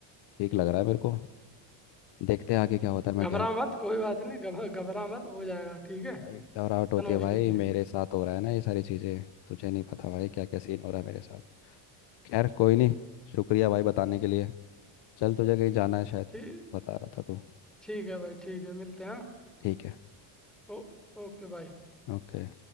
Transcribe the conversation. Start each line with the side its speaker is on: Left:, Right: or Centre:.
Left: ठीक लग रहा है मेरे को देखते हैं आगे क्या होता है मैं
Centre: घबरा
Left: ध्यान
Centre: मत कोई बात नहीं घबरा घबरा मत हो जाएगा ठीक है
Left: भाई, घबराहट
Centre: इतना
Left: होती है
Centre: मुश्किल
Left: भाई
Centre: नहीं है
Left: मेरे साथ हो रहा है ना ये सारी चीज़ें तुझे नहीं पता भाई क्या क्या सीन हो रहा है मेरे साथ खैर कोई नहीं शुक्रिया भाई बताने के लिए चल तुझे कहीं जाना है शायद
Centre: ठीक
Left: बता रहा था तू
Centre: ठीक है भाई ठीक है मिलते हैं हाँ
Left: ठीक है
Centre: ओ- ओके बाय
Left: ओके